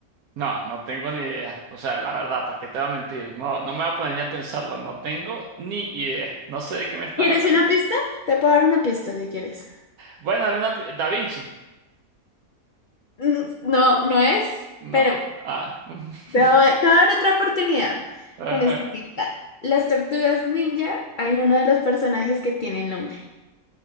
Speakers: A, on the right (about 80°); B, on the left (about 75°).
A: No, no tengo ni idea. O sea, la verdad, ¿para qué te voy a mentir? No, no me voy a poner ni a pensarlo, no tengo ni idea. No sé de qué me estás
B: ¿Quieres
A: hablando.
B: una pista? Te puedo dar una pista si quieres.
A: Bueno, a mí una... pi- Da Vinci.
B: Mm, No, no es,
A: No.
B: pero
A: Ah. <laughs>
B: Te voy, te voy a dar otra oportunidad
A: Ajá.
B: con esta pista. Las tortugas ninja, hay uno de los personajes que tiene el nombre.